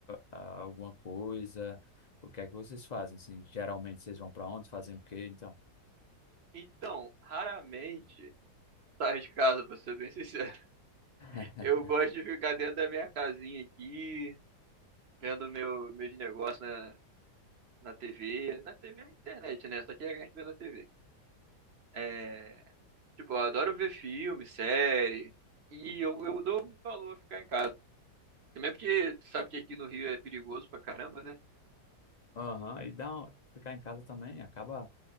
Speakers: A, on the left; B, on the right.
A: ah, alguma coisa, o que é que vocês fazem? Assim, geralmente vocês vão pra onde? Fazem o quê, então?
B: Então, raramente saio de casa, pra ser bem <laughs> sincero.
A: <laughs>
B: Eu gosto de ficar dentro da minha casinha aqui, vendo meu, meus negócios na, na TV. Na TV é internet, né? Só que a gente vê na TV. É, tipo, eu adoro ver filme, série. E eu, eu dou muito valor a ficar em casa. Também porque tu sabe que aqui no Rio é perigoso pra caramba, né?
A: Aham, e dá um- ficar em casa também acaba